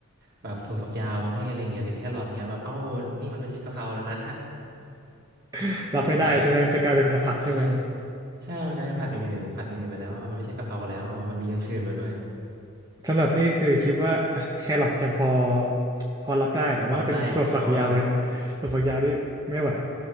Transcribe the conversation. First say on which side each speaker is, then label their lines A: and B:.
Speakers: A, on the right (about 50°); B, on the right (about 15°).
A: แบบถั่วฝักยาวมาให้อะไรเงี้ยหรือแครอทเงี้ยแบบเอ้ามันนี่มันไม่ใช่กะเพราแล้วนะ <laughs>
B: <laughs>
A: มันแปลก
B: รับไม่ได้ใช่ไหมไปกลายเป็นผัดผักใช่ไหม
A: ใช่ใช่มันกลายเป็นผักอย่างอื่นผัดอย่างอื่นไปแล้วอะมันไม่ใช่กะเพราแล้วอะมันมีอย่างอื่นมาด้วย
B: สำหรับนี่คือคิดว่าแครอทยังพอพอรับได้แต่ว่าถ้าเป็นถั่วฝักยาวเนี่ยถั่วฝักยาวนี่ไม่ไหว
A: พอรับได้เอาอ่ะ